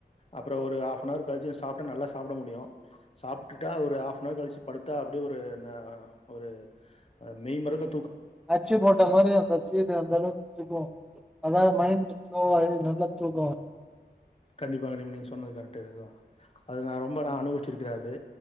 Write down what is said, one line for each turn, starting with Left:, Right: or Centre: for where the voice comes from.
Left: அப்புறோ ஒரு ஹாஃப்னவர் கழிச்சு சாப்டா நல்லா சாப்ட முடியு சாப்ட்டுட்டா ஒரு ஹாஃப்னவர் கழிச்சு படுத்தா அப்டியே ஒரு ந ஒரு மெய் மறந்து
Centre: அச்சு போட்ட மாரி அந்த ஃபீலு அந்த அளவுக் சுகோ அதனால மைண்ட்டு ஸ்லோ ஆயிடு நல்லா தூக்க வரு
Left: கண்டிப்பா நீங் நீங்க சொன்னது கரெக்ட்டு அதா அது நா ரொம்ப நா அனுவிச்சிருக்குறே அது